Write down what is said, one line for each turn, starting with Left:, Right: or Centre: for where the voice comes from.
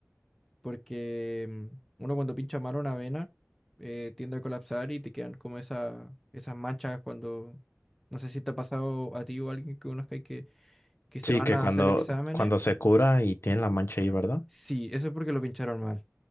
Centre: Porque mm, uno cuando pincha mal una vena eh, tiende a colapsar y te quedan como esa, esas manchas cuando, no sé si te ha pasado a ti o a alguien que conozca que, que se
Left: Sí,
Centre: van
Left: que
Centre: a
Left: cuando,
Centre: hacer exámenes.
Left: cuando se cura y tiene la mancha ahí, ¿verdad?
Centre: Sí, eso es porque lo pincharon mal.